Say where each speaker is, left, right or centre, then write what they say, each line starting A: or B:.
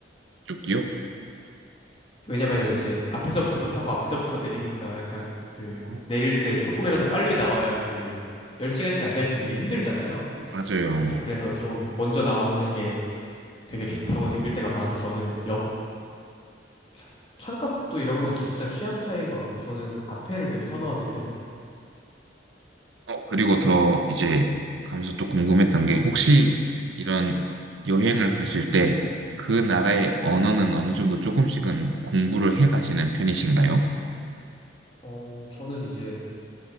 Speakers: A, on the right (about 85°); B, on the left (about 30°).
A: 쪽이요?
B: 왜냐면은 이제 앞에서부터 타고 앞에서부터 내리니까 약간 그
A: 어,
B: 내릴 때 조금이라도 빨리 나와야 그 10시간씩 앉아있으면 되게 힘들잖아요.
A: 맞아요.
B: 이제 그래서 좀 먼저 나오는 게 되게
A: 음,
B: 좋다고 느낄 때가 많아서 저는 옆 차- 창가 복도 이런 건 진짜 취향 차이인 것 같고 저는 앞에를 되게 선호하는 편이에요.
A: 어, 그리고 더 이제 가면서 또 궁금했던 게 혹시 이런 여행을 가실 때 그 나라의 언어는 어느 정도 조금씩은 공부를 해 가시는 편이신가요?
B: 어, 저는 이제